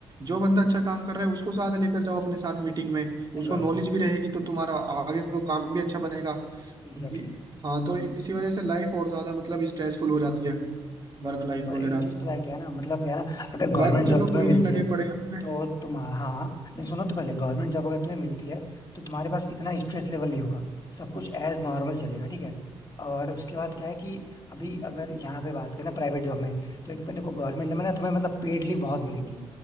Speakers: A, on the right; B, on the left.
A: जो बंदा अच्छा काम कर रहा है उसको साथ लेकर जाओ अपने
B: सही
A: साथ मीटिंग में
B: सही
A: उसको
B: बात
A: नॉलेज
B: है
A: भी रहेगी तो तुम्हारा आगे को काम भी अच्छा बनेगा
B: Exactly
A: अब ये-
B: exactly.
A: हाँ तो इसी वजह से लाइफ और ज्यादा मतलब स्ट्रेसफुल हो जाती है वर्क लाइफ
B: और
A: वगैरह
B: एक चीज पता है क्या है ना मतलब क्या है ना अगर गवर्नमेंट
A: बाकी
B: जॉब
A: चलो
B: तुम्हें
A: कोई
B: मिलती
A: नहीं लगे
B: है
A: पड़े हैं अपने
B: तो तुम हाँ लेकिन सुनो तो पहले गवर्नमेंट जॉब अगर तुम्हें मिलती है तो तुम्हारे पास इतना स्ट्रेस लेवल नहीं होगा सब कुछ एज नॉर्मल चलेगा ठीक है और उसके बाद क्या है कि अभी अगर यहाँ पे बात करें ना प्राइवेट जॉब में तो एक में देखो गवर्नमेंट में ना तुम्हें मतलब पेड लीव बहुत मिलेंगी